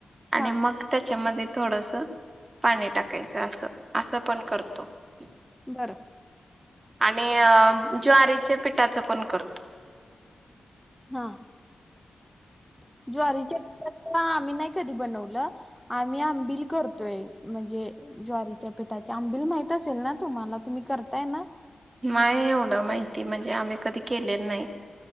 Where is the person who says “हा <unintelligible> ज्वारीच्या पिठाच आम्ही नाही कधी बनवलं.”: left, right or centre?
Centre